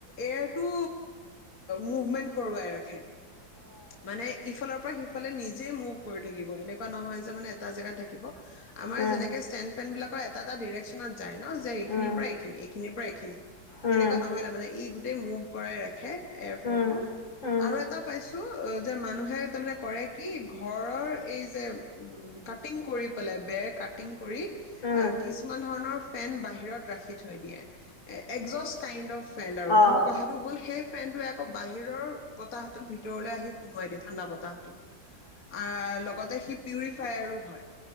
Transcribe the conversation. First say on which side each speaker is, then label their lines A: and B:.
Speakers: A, on the left; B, on the left.
A: এয়াৰটো মুভমেন্ট কৰোৱাই ৰাখে। মানে ইফালৰ পৰা সিফাল ফালে নিজেই মুভ কৰি থাকিব এনেকুৱা নহয় যে মানে এটা জেগা থাকিব আমাৰ
B: উম,
A: যেনেকে ষ্টেন ফেন বিলাক এটা এটা ডিৰেকচনত যায় ন যে এইখিনিৰ
B: উম,
A: পৰা এইখিনি এইখিনিৰ পৰা এইখিনি
B: উম,
A: সেনেকুৱা নহয় তাৰমানে ই গোট গোটই মুভ কৰাই ৰাখে। এয়াৰ ফ্লু
B: উম,
A: টো
B: উম,
A: আৰু এটা পাইছো। যে মানুহে তাৰানে কৰে কি ঘৰৰ এই যে কাটিং কৰি পেলাই বেৰ কাটিং কৰি
B: উম,
A: আৰু কিছুমান ধৰণৰ ফেন বাহিৰত ৰাখি থৈ দিয়ে একজষ্ট কাইণ্ড অফ। ফ্ৰেণ্ড আৰু
B: অ',
A: কিন্তু কথাটো হ'ল সেই পেনটটোে আকৌ বাহিৰৰ বতাহতো ভিতৰত ভিতৰলৈ আহি সমোয়ায় দে ঠাণ্ডা বতাহটো। আহ লগতে সি পিউৰিফায়াৰো হয়